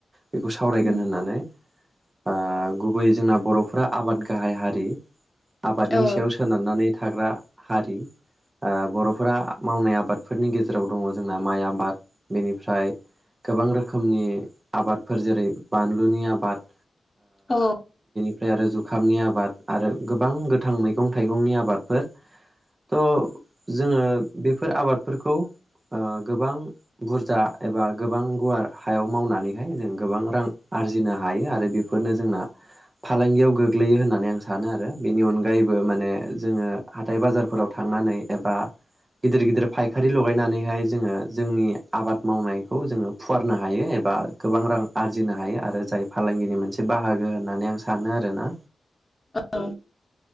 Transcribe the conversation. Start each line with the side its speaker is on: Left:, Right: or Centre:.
Right: बेखौ सावरायगोन
Left: उम
Right: होननानै ओ गुबैयै जोंना बर'फोरा आबाद गाहाय हारि आबादनि
Left: औ
Right: सायाव सोनारनानै थाग्रा हारि ओ बर'फोरा मावनाय आबादफोरनि गेजेराव दङ जोंना माइ आबाद बेनिफ्राय गोबां रोखोमनि आबादफोर जेरै बानलुनि आबाद
Left: औ
Right: ओमफ्राय आरो जुखामनि आबाद आरो गोबां गोथां मैगं थाइगंनि आबादफोर थ' जोङो बेफोर आबादफोरखौ ओ गोबां बुरजा एबा गोबां गुवार हायाव मावनानैहाय जों गोबां रां आरजिनो हायो आरो बेफोरनो जोंना फालांगियाव गोग्लैयो होननानै आं सानो आरो बेनि अनगायैबो माने जोङो <unintelligible> दाइ बाजार फोराव थांनानै एबा गिदिर गिदिर फायखारि लगायनानैहाय जोङो जोंनि आबाद मावनायखौ जोङो फुवारनो हायो एबा गोबां रां आरजिनो हायो आरो जाय फालांगिनि मोनसे बाहागो होननानै आं सानो आरोना
Left: औ